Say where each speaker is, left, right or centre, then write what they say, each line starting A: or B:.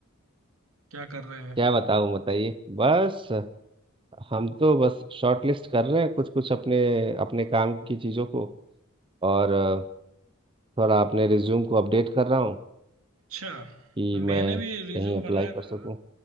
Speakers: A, on the right; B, on the right.
A: क्या कर रहे हैं
B: क्या बताऊं बताइए बस हम तो बस शॉर्ट लिस्ट कर रहे हैं कुछ कुछ अपने अपने काम की चीज़ों को और अ, थोड़ा अपने रिज्यूम को अपडेट कर रहा हूँ
A: अच्छा
B: कि
A: मैंने
B: मैं
A: भी रिज्यूम
B: कहीं अप्लाई
A: बनाया
B: कर
A: था
B: सकूं